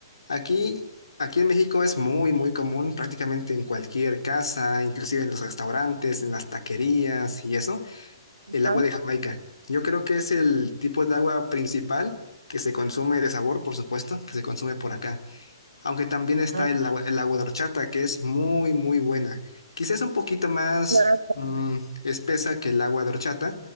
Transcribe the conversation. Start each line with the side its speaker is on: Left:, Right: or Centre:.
Left: Aquí, aquí en México es muy, muy común prácticamente en cualquier casa, inclusive en los restaurantes, en las taquerías y eso
Right: Ajá.
Left: El agua de Jamaica. Yo creo que es el tipo de agua principal que se consume de sabor, por supuesto, que se consume por acá. Aunque también está
Right: Ah,
Left: el agua, el agua de horchata, que es muy, muy buena. Quizás un poquito más
Right: claro.
Left: mm, espesa que el agua de horchata,